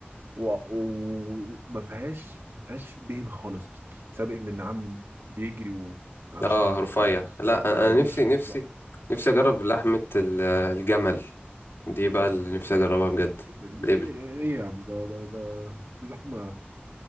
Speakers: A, on the right (about 75°); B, on the left (about 85°).
A: وما فيهاش ما فيهاش دهن خالص بس- بسبب ان النعام بيجري ونعام
B: اه
A: شديد
B: رفيع
A: فما
B: لا انا
A: عندوش
B: أنا نفسي
A: بالظبط
B: نفسي نفسي اجرب لحمة ال- الجمل دي بقى اللي نفسي اجربها بجد
A: ايه ده دي
B: الابل
A: ايه يا عم ده ده ده اللحمه